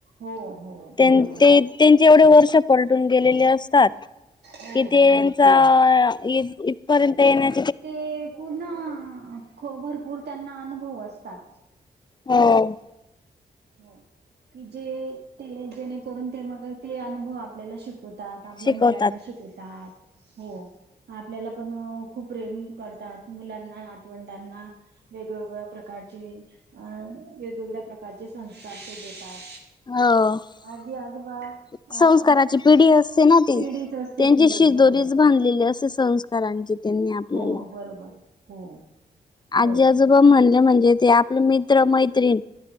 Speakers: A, on the right; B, on the left.
A: हो हो
B: त्यां-त्यांचे
A: बरोबर
B: एवढे वर्ष पलटून गेलेले असतात.
A: हो
B: ईथे
A: हो
B: च्या इथे इथपर्यंत येण्या
A: ते. पूर्ण खूप, भरपूर त्यांना अनुभव असतात.
B: हो. <inaudible>
A: हो. की जे. ते. जेणे करून ते मग, ते अनुभव आपल्याला शिकवतात. आपल्या
B: शिकवतात.
A: मुलांना शिकवतात. हो. आपल्याला पण, खूप प्रेम करतात. मुलांना, नातवंडांना. वेग, वेगळ्या प्रकारचे अं वेग, वेगळ्या प्रकारचे संस्कार ते देतात.
B: हो..
A: आजी आजोबा
B: <inaudible> संस्काराची
A: अ
B: पिढी असते, ना ती
A: पिढीच असते
B: त्यांची
A: ती
B: शिदोरीच
A: एक बरोबर
B: बांधलेली असते. असे संस्कार आणि जे त्यांनी आपल्याला.
A: हो बरोबर. हो. बरोबर
B: आजी आजोबाबा म्हणले म्हणजे ते आपले मित्र मैत्रीण